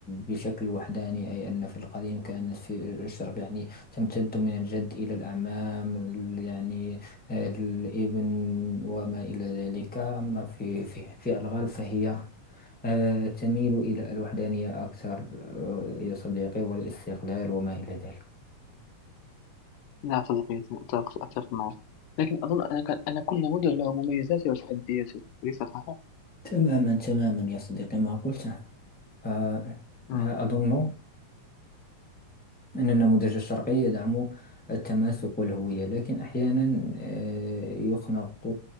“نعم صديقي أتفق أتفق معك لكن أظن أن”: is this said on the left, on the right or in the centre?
Left